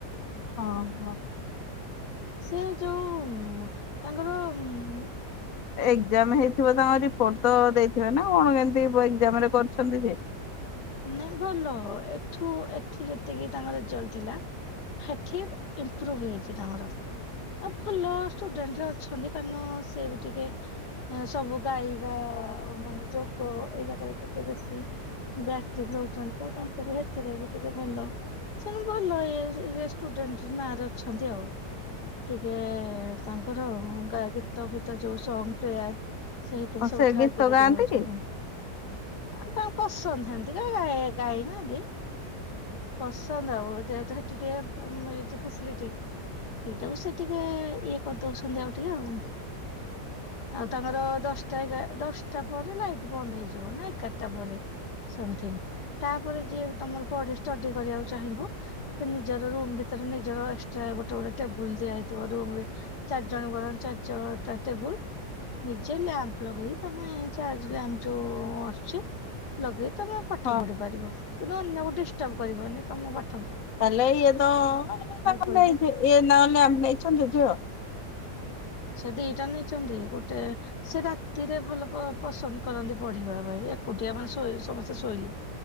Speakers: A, on the left; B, on the left.
A: ଅ ହ।
B: ସେ ଯୋଉ ଉଁ ମ ତାଙ୍କର ଉଁ ଉଁ
A: ଏକଜାମ୍ ହେଇଥିବ ତାଙ୍କ ରିପୋର୍ଟ ତ ଦେଇଥିବ ନା କଣ କେମତି ଏକଜାମ୍ ରେ କରିଛନ୍ତି ସେ
B: ନାଇଁ ଭଲ ଏଠୁ ଏଠି ଯେତିକି ତାଙ୍କ ରେଜଲ୍ଟ ଥିଲା ସେଠି ଇମ୍ପୃଭ ହେଇଛି ତାଙ୍କର ଆଉ ଭଲ ଷ୍ଟୁଡେଣ୍ଟରେ ଅଛନ୍ତି କାରଣ ସ ବି ଟିକେ ସବୁ ଗାଇବା ମାନେ ଯୋଗ ଏଇ ଯାକରେ ଟିକେ ବେଶୀ ବ୍ୟାକ୍ଟି ରହୁଛନ୍ତି ତ ତାଙ୍କ ବି ସେଥିରେ ବି ଟିକେ ଭଲ। ସେ ଭଲ ଇଏ ରେ ଷ୍ଟୁଡେଣ୍ଟ୍ ନାଁ ରେ ଅଛନ୍ତି ଆଉ ଟିକେ ତାଙ୍କର ଗ ଗୀତ ଫିତ ଯୋଉ ସଙ୍ଗ ରେୟାର ସେଇଥିରେ
A: ଆଉ
B: ସବୁଥିରେ
A: ସେ ଗୀତ
B: ଆଗରେ
A: ଗାଆନ୍ତି
B: ବି ହଉଛନ୍ତି
A: କି?
B: <inaudible> ତାଙ୍କ <inaudible> ସନ୍ଧ୍ୟା <inaudible> ପ ଗାଇବା ପସନ୍ଦ ବି ପସନ୍ଦ ଆଉ ଯେହେତୁ ସେଠି ଟିକେ ମିଳିଛି ଫାସଲିଟି ସେଇଟାକୁ ସେ ଟିକେ ଇଏ କରିଦଉଛନ୍ତି ଆଉ ଟିକେ ଆଉ ତାଙ୍କର ଦଶଟା, ଏଗାର, ଦଶଟା ପରେ ଲାଇଟ୍ ବନ୍ଦ ହେଇଯିବ ନା ଏଗାରଟା ପରେ। ସମ୍ ଥିଙ୍ଗ ତାପରେ ଯିଏ ତମର ପଢି ଷ୍ଟଡି କରିବାକୁ ଚାହିଁବ ସେ ନିଜର ରୁମ ଭିତରେ ନିଜର ଏକ୍ସଟ୍ରା ଗୋଟେ ଗୋଟ ଟେବୁଲ ଦିଆ ହେଇଥିବ ରୁମ୍ ରେ ଚାରି ଜଣଙ୍କ ର ଚାରି <inaudible> ଟେବୁଲ୍ ନିଜେ ଲ୍ୟାମ୍ପ ଲଗେଇକି ତମେ ଚାର୍ଜ ଲ୍ୟାମ୍ପ ଯୋଉ ଆସୁଛି ଲଗେ। ତମେ ପାଠ
A: ହଁ
B: ପଢି ପାରିବ। କିନ୍ତୁ ଅନ୍ୟକୁ ଡିଷ୍ଟର୍ବ କରିବନି ତମ ପା
A: ତାଲେ ଇଏ ତ ଅ-ଇଏ ତାଙ୍କ
B: ଶୋଇବ
A: ନେଇ ଥି-ଇଏ ତାଙ୍କ ମ୍ୟାମ ନେଇଛନ୍ତି ଝିଅ।
B: ସେ ଦିଟା ନେଇଚନ୍ତି ଗୋଟେ ସେ ରାତିରେ ଭଲ ପ-ପସନ୍ଦ କରନ୍ତି ପଢିବା ପାଇଁ ଏକୁଟିଆ ମାନେ ସୋ-ଶୋଇ ସମସ୍ତେ ଶୋଇଲେ